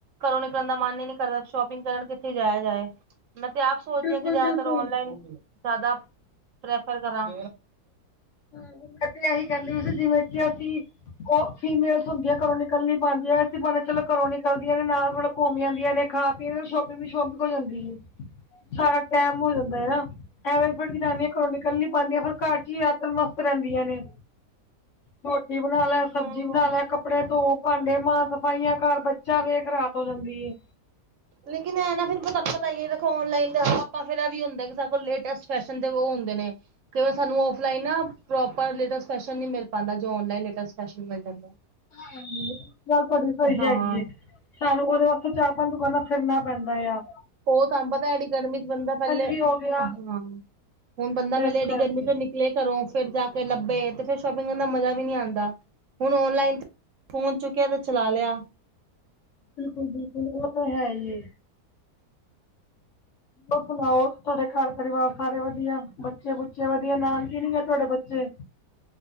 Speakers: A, on the right; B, on the left.
A: ਘਰੋਂ ਨਿਕਲਣ ਦਾ ਮਨ ਹੀ ਨੀ ਕਰਦਾ ਸ਼ੋਪਿੰਗ ਕਰਨ ਕਿੱਥੇ ਜਾਇਆ ਜਾਏ। ਮੈਂ ਤੇ ਆਪ ਸੋਚਦੀ
B: ਬਿਲਕੁਲ
A: ਹਾਂ, ਕਿ ਜ਼ਿਆਦਾਤਰ
B: ਬਿਲਕੁਲ
A: ਔਨਲਾਈਨ ਜ਼ਿਆਦਾ ਪ੍ਰੈਫਰ ਕਰਾਂ।
B: ਹੂੰ, ਮੈਂ ਤੇ ਇਹੀ ਕਹਿੰਦੀ ਸੀ, ਜਿਵੇਂ ਕਿ ਅਸੀਂ ਉਹ ਫੀਮੇਲਸ ਹੁੰਦੀਆਂ ਘਰੋਂ ਨਿਕਲਣੀ ਨਹੀਂ ਪਾਉਂਦੀਆਂ ਐਸੀ ਬਹਾਨੇ ਚਲੋ ਘਰੋਂ ਨਿਕਲਦੀਆਂ ਨੇ ਨਾਲ ਮਤਲਬ ਘੁੰਮ ਆਉਂਦੀਆਂ ਨੇ ਖਾ ਫੇਰ ਓਸ ਸ਼ੋਪਿੰਗ ਵੀ ਸ਼ੋਪਿੰਗ ਹੋ ਜਾਂਦੀ ਹੈ। ਸਾਰਾ ਟਾਈਮ ਹੋ ਜਾਂਦਾ ਹੈ ਆ ਐਵੇ ਫੇਰ ਜਨਾਨੀਆਂ ਘਰੋਂ ਨਿਕਲ ਨੀ ਪਾਉਂਦੀਆਂ ਫੇਰ ਘਰ 'ਚ ਹਾ। ਫੇਰ ਮਸਤ ਰਹਿੰਦੀਆਂ ਨੇ ਰੋਟੀ ਬਣਾ ਲੈ, ਸਬਜ਼ੀ
A: ਹਮ
B: ਬਣਾ ਲੈ, ਕੱਪੜੇ ਧੋ। ਭਾਂਡੇ ਮਾਂਜ, ਸਫ਼ਾਈਆਂ ਕਰ, ਬੱਚਾ ਦੇੇਖ ਰਾਤ ਹੋ ਜਾਂਦੀ ਹੈ।
A: ਲੇਕਿਨ ਇਹ ਨਾ ਫੇਰ ਤੁਹਾਨੂੰ ਪਤਾ ਹੀ ਦੇਖੋ ਔਨਲਾਈਨ ਤੇ ਆਪਾਂ ਫੇਰ ਇਹ ਵੀ ਹੁੰਦਾ ਕਿ ਸਾਥੋ ਲੇਟੇਸਟ ਫੈਸ਼ਨ ਦੇ ਉਹ ਹੁੰਦੇ ਨੇ। ਕਈ ਵਾਰ ਸਾਨੂੰ ਔਫਲਾਈਨ ਨਾ ਪ੍ਰੋਪਰ ਲੇਟੈਸਟ ਫੈਸ਼ਨ ਨਹੀਂ ਮਿਲ ਪਾਉਂਦਾ ਜੋ ਔਨਲਾਈਨ ਲੇਟੈਸਟ ਫੈਸ਼ਨ ਮਿਲ ਜਾਂਦਾ।
B: ਹਾਂਜੀ ਗੱਲ ਤੁਹਾਡੀ ਸਹੀ
A: ਹਾਂ
B: ਹੈਗੀ ਏ। ਸਾਨੂੰ ਉਹਦੇ ਵਾਸਤੇ ਚਾਰ-ਪੰਜ ਦੁਕਾਨਾਂ ਫਿਰਨਾ ਪੈਂਦਾ ਆਂ।
A: ਉਹ ਤੁਹਾਨੂੰ ਪਤਾ ਐਡੀ ਗਰਮੀ 'ਚ ਬੰਦਾ ਪਹਿਲੇ,
B: ਵੀ ਹੋ ਗਿਆ
A: ਹਾਂ। ਹੁਣ ਬੰਦਾ ਪਹਿਲੇ
B: ਇਸ
A: ਐਨੀਂ
B: ਕਰਕੇ
A: ਗਰਮੀ 'ਚੋ, ਨਿਕਲੇ ਘਰੋਂ ਫੇਰ ਜਾ ਕੇ ਲੱਭੇ ਤੇ ਫੇਰ ਸ਼ੋਪਿੰਗ ਕਰਨ ਦਾ ਮਜ਼ਾ ਵੀ ਨਹੀਂ ਆਉਂਦਾ, ਹੁਣ ਔਨਲਾਈਨ। ਫ਼ੋਨ ਚੁੱਕਿਆ ਤੇ ਚਲਾ ਲਿਆ।
B: ਬਿਲਕੁਲ- ਬਿਲਕੁਲ ਉਹ ਤਾਂ ਹੈ ਹੀ ਹੈ। ਹੋਰ ਸੁਣਾਓ ਤੁਹਾਡੇ ਘਰ ਪਰਿਵਾਰ ਸਾਰੇ ਵਧੀਆ? ਬੱਚੇ- ਬੁੱਚੇ ਵਧੀਆ ਨਾਨਕੇ ਨੀ ਗਏ ਤੁਹਾਡੇ ਬੱਚੇ?